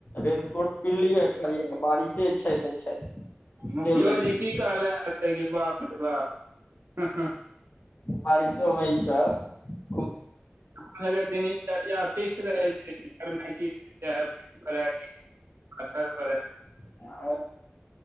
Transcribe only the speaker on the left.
रेनकोट पनलियै कहलियै बारिशे छै तऽ छै
चैल देलियै
बारिसो मे ई सभ
छै